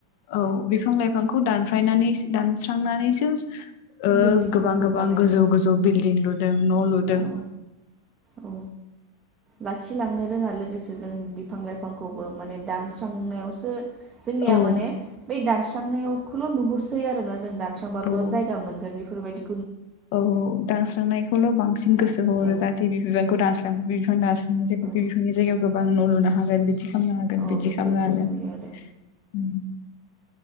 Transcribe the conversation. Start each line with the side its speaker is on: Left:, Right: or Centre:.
Left: औ बिफां लाइफां फांखौ दानफायनानै दानस्रांनानैसो ओ
Right: बिल्डिंफोरखौ
Left: गोबां गोबां
Right: बानायो
Left: गोजौ गोजौ बिल्डिं लुदों न' लुदों।
Right: औ औ, लाखिलांनो रोङा लोगोसे जों बिफां लाइफांखौबो माने दानस्रांनायावसो जोंनिया
Left: औ
Right: माने बै दानस्रांनायाव खौल नुहुरसै आरोना जों दानस्रांबानो
Left: औ
Right: जायगा मोनगोन बेफोरबायदि
Left: औ दानस्रांनायखौल' बांसिन गोसो होहरो
Right: औ
Left: जाहाथे <unintelligible> बिफां दानस्रा
Right: औ
Left: <unintelligible> गोबां न' लुनो हागोन बिदि बिदि खालामनो हागोन
Right: औ
Left: बिदि
Right: बेफोरखौ
Left: खालामनो हागोन
Right: नुयो आरो
Left: ओम।